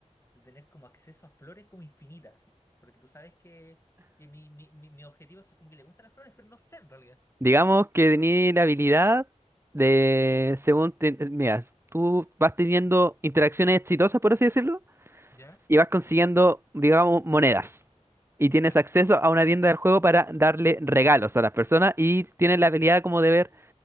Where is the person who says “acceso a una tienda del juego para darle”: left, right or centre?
Right